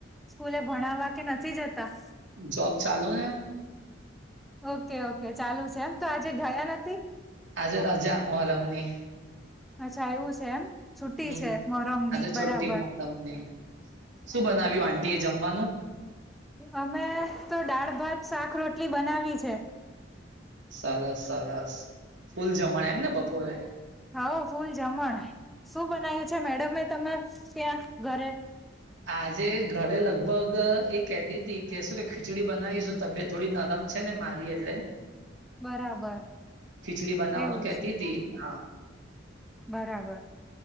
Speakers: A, in the centre; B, on the right.
A: સ્કૂલે ભણાવવા કે નથી જતા
B: જોબ ચાલુ ને
A: ઓકે ઓકે ચાલુ છે એમ તો આજે ગયા નથી
B: આજે રાજા મોહરમની
A: અચ્છા એવું છે એમ છુટ્ટી
B: હમ
A: છે મોહરમની
B: આજે
A: બરાબર
B: છુટી મોહરમની શું બનાવ્યું આટી એ જમવાનું
A: અમે તો દાળ ભાત શાક રોટલી બનાવી છે
B: સરસ સરસ ફૂલ જમણ એમને બપોરે
A: હાઓ ફૂલ જમણ શું બનાય્યું છે મેડમમે તમે ત્યાં ઘરે
B: આજે ઘરે લગભગ એ કેહેતી હતી કે શું કે ખીચડી બનાવીશું તબિયત થોડી નરમ છે ને મારી એટલે
A: બરાબર
B: ખીચડી બનાવાનું
A: એવું
B: કેતી
A: છે
B: તી હા
A: બરાબર